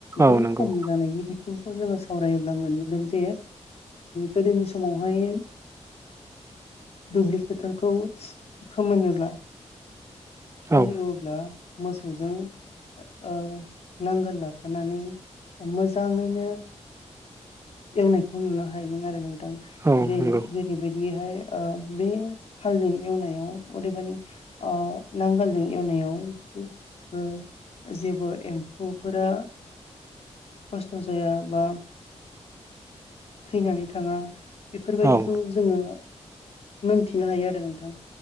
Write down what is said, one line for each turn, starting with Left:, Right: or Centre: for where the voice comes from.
Right: औ
Left: बे
Right: नंगौ
Left: खम जानायनि बिथिंखौ जोङो सावरायोब्ला मोनगोन जे गोदोनि समावहाय दुब्लि फोथारखौ फोमोनोब्ला हाल
Right: औ
Left: एवोब्ला मोसौजों ओ नांगोल लाफानानै मोजाङैनो एवनायखौ नुनो हायोमोन आरो नोंथां
Right: औ
Left: जे
Right: नंगौ
Left: बेबायदिहाय बे हालजों एवनायाव अदेबानि अ नांगोल जों एवनायावबो जेबो एम्फौफोरा खस्थ' जाया बा थैनानै थाङा- बेफोरबायदिखौ
Right: औ
Left: जोङो मोनथिनो हायो आरो नोंथां